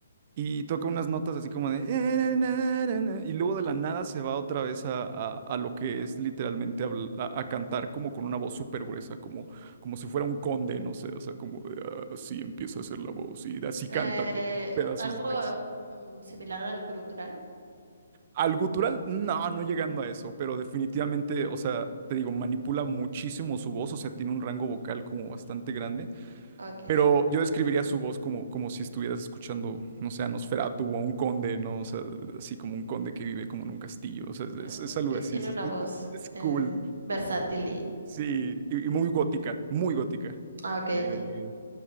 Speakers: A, on the right (about 25°); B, on the right (about 70°).
A: y toca unas notas así como de... "Eh, na, na, na", Y luego de la nada se va otra vez a, a- a lo que es literalmente habl- a, a cantar como con una voz súper gruesa, como, como si fuera un conde, no sé, o sea, como de "Ah, así empieza a hacer la voz y así
B: Eh,
A: canta todo, pedazos
B: algo
A: de verso.
B: mm, similar al grutural.
A: Al gutural, no, no llegando a eso, pero definitivamente, o sea, te digo, manipula muchísimo su voz, o sea, tiene un rango vocal como bastante grande.
B: Ok.
A: Pero yo describiría su voz como, como si estuvieras escuchando, no sé, a Nosferatu o a un conde, ¿no? O sea, así como un conde que vive como en un castillo. O sea, es, es-
B: ah,
A: es algo
B: ok,
A: así.
B: tiene
A: Es, es-
B: una voz
A: es cool.
B: eh, versátil y.
A: Sí, y, y muy gótica, muy gótica.
B: Ah, ok,
A: Eh,
B: ok.